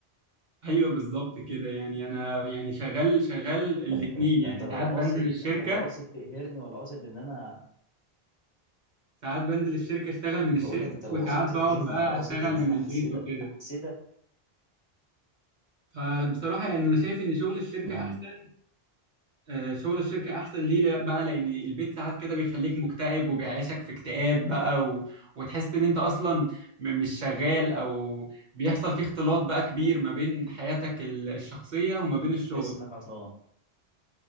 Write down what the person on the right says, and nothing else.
ايوه بالظبط كده يعني انا يعني شغال شغال الاتنين
يعني
ساعات بنزل
الشركة
ساعات بنزل الشركة اشتغل من الشركة
وساعات
بقعد بقى
اشتغل
من
البيت
وكده
فبصراحة يعني انا شايف ان شغل الشركة
احسن آه، شغل الشركة احسن ليه لا- بقى لان البيت ساعات كده بيخليك مكتئب وبيعيشك في اكتئاب بقى و... وتحس ان انت اصلا م... مش شغال او بيحصل فيه اختلاط بقى كبير ما بين حياتك ال- الشخصية وما بين الشغل